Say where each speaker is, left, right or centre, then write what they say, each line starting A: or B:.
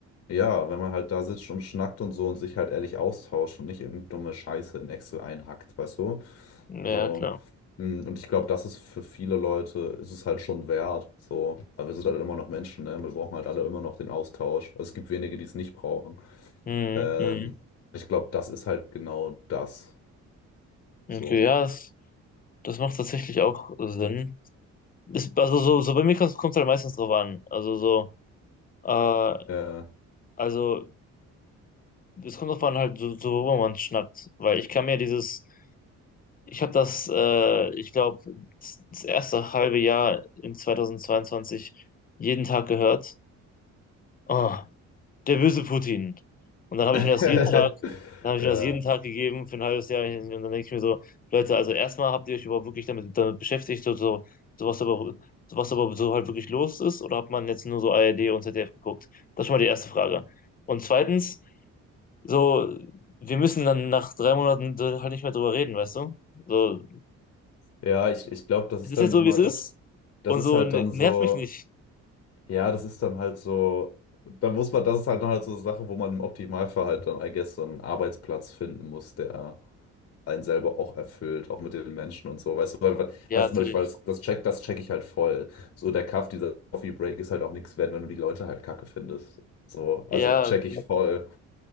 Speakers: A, on the left (about 50°); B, on the left (about 30°).
A: ja, wenn man halt da sitzt und schnackt und so und sich halt ehrlich austauscht und nicht irgendeine dumme Scheiße in Excel einhackt, weißt du?
B: Ja,
A: So.
B: klar.
A: mm, Und ich glaube, das ist für viele Leute, ist es halt schon wert. So. Aber wir sind halt immer noch Menschen, ne? Wir brauchen halt alle immer noch den Austausch. Also es gibt wenige, die es nicht brauchen.
B: Mhm.
A: Ähm,
B: Mhm.
A: ich glaube, das ist halt genau das.
B: Okay,
A: So.
B: ja, das, das macht tatsächlich auch Sinn. Das, also so, so bei mir kommt es halt meistens drauf an. Also so, äh,
A: Äh,
B: also Es kommt drauf an, halt, so, so worüber man schnackt. Weil ich kann mir dieses, ich habe das, äh, ich glaube, das erste halbe Jahr in 2022 jeden Tag gehört. Oh, der böse Putin. Und dann habe
A: <laughs>
B: ich mir das jeden Tag, dann habe
A: Ja,
B: ich mir das jeden Tag gegeben für ein halbes Jahr. Und dann denke ich mir so, Leute, also erstmal habt ihr euch überhaupt wirklich damit, damit beschäftigt, so, so, so was aber, so was aber so halt wirklich los ist? Oder hat man jetzt nur so ARD und ZDF geguckt? Das ist schon mal die erste Frage. Und zweitens, so, wir müssen dann nach drei Monaten so halt nicht mehr drüber reden, weißt du? So,
A: ja, ich, ich glaube, das
B: es
A: ist
B: ist
A: dann
B: jetzt so,
A: nun mal
B: wie es ist.
A: das,
B: Und
A: das ist
B: so
A: halt
B: n-
A: dann
B: nervt
A: so,
B: mich nicht.
A: ja, das ist dann halt so, da muss man, das ist halt dann halt so eine Sache, wo man im Optimalfall halt dann, I guess, so einen Arbeitsplatz finden muss, der einen selber auch erfüllt, auch mit den Menschen und so, weißt du, weil, weil-
B: Ja,
A: weißt
B: natürlich.
A: du, weil das, das check, das check ich halt voll. So der Kaff, dieser Coffee Break ist halt auch nichts wert, wenn du die Leute halt kacke findest. So, also
B: Ja,
A: check
B: m-
A: ich voll.